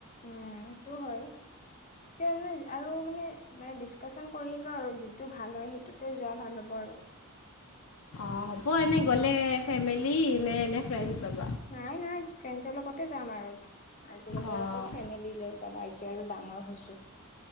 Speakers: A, on the left (about 35°); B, on the left (about 75°).
A: উম, এইটো হয়। তেতিয়া মানে আৰু মানে ম ডিচ্কাচন কৰিলো আৰু যিটো ভাল হয় সেইটোতে যোৱা ভাল হ'ব। <unintelligible>
B: অ, হ'ব এনে গ'লে ফেমিলি নে এনে ফ্ৰেণ্ডছ যাব?
A: নাই, নাই ফ্ৰেণ্ডছৰ লগতে যাম আৰু। আজিকালি
B: অঁ
A: আৰু ক'ত ফেমিলি লৈ যাবা এতিয়া আৰু ডাঙৰ হৈছো।